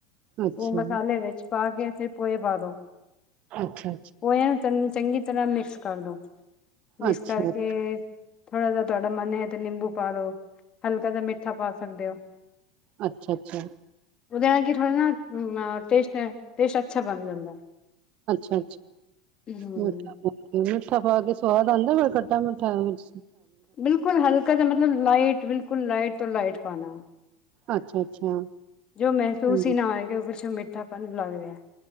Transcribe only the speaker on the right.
ਅੱਛਾ।
ਅੱਛਾ-ਅੱਛਾ,
ਅੱਛਾ,
ਅੱਛਾ, ਅੱਛਾ।
ਅੱਛਾ
ਮਠ ਮਿੱਠਾ ਪਾ ਕੇ ਸਵਾਦ ਆਉਂਦਾ ਬ ਖੱਟਾ ਮਿੱਠਾ ਵਿੱਚ
ਅੱਛਾ, ਅੱਛਾ।
ਹੂੰ